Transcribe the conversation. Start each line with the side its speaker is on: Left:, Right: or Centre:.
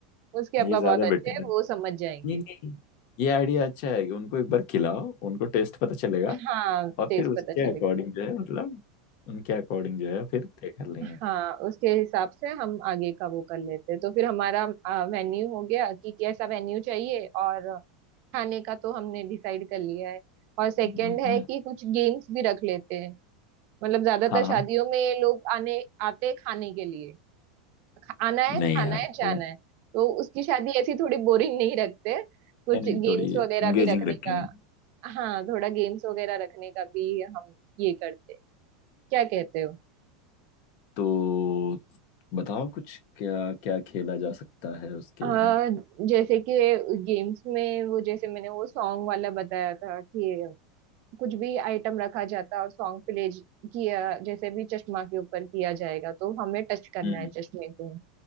Right: उसके अब्बा
Left: ये ज्यादा
Right: बहुत अच्छे
Left: बेटर
Right: हैं
Left: है
Right: वो समझ जाएंगे
Left: नहीं नहीं ये आइडिया अच्छा है कि उनको एक बार खिलाओ उनको टेस्ट पता चलेगा
Right: हाँ
Left: और
Right: टेस्ट
Left: फिर उसके
Right: पता चलेगा
Left: अकॉर्डिंग जो है मतलब उनके अकॉर्डिंग जो है फिर तय कर लेंगे
Right: हाँ उसके हिसाब से हम आगे का वो कर लेते हैं तो फिर हमारा मेन्यू हो गया कि कैसा मेन्यू चाहिए और खाने का तो हमने डिसाइड कर लिया है और सेकंड
Left: हम्म, हम्म,
Right: है कि कुछ गेम्स भी रख लेते हैं मतलब ज्यादातर
Left: हाँ
Right: शादियों
Left: हाँ
Right: में लोग आने आते हैं खाने के लिए ख- आना है
Left: नहीं
Right: खाना
Left: यार
Right: है
Left: थोड़ा
Right: जाना है तो उसकी शादी ऐसी थोड़ी बोरिंग नहीं रखते कुछ
Left: नहीं नहीं,
Right: गेम्स
Left: थोड़ी
Right: वगैरह
Left: इंगेजिंग
Right: भी रखने
Left: रखेंगे
Right: का हाँ थोड़ा गेम्स वगैरह रखने का भी हम ये करते हैं क्या कहते हो
Left: तो बताओ कुछ क्या क्या खेला जा सकता है उसके
Right: आ,
Left: यहाँ
Right: जैसे कि गेम्स में वो जैसे मैंने वो सॉन्ग वाला बताया था कि कुछ भी आइटम रखा जाता और सॉन्ग प्ले किया जैसे भी चश्मा के ऊपर किया जाएगा तो हमें टच करना
Left: हम्म
Right: है चश्मे को